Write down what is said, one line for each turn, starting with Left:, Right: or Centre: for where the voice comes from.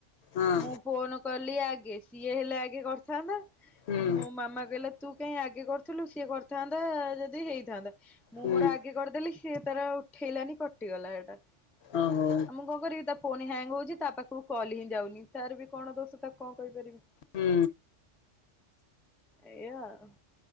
Left: ହଁ
Centre: ମୁଁ ଫୋନ କଲି ଆ କିଏ ସିଏ ହେଲେ ଆଗେ କରିଥାନ୍ତା।
Left: ହୁଁ।
Centre: ମୋ ମାମା କହିଲା ତୁ କାଇଁ ଆଗେ କରୁଥିଲୁ ସିଏ କରିଥାନ୍ତା ଯଦି ହେଇଥାନ୍ତା। ମୁଁ
Left: ହୁଁ
Centre: ମୋର ଆଗେ କରିଦେଲି। ସେ ତାର ଉଠେଇଲାନି କଟିଗଲା ସେଇଟା। ଆ
Left: ଓହୋ
Centre: ମୁଁ କଣ କରିବି ତା ଫୋନ ହ୍ୟାଙ୍ଗ ହଉଛି ତା ପାଖକୁ କଲ ହିଁ ଯାଉନି ତାର ବି କଣ ଦୋଷ ତାକୁ କଣ କହିପାରିବି।
Left: ହୁଁ।
Centre: ଏଇୟା ଆଉ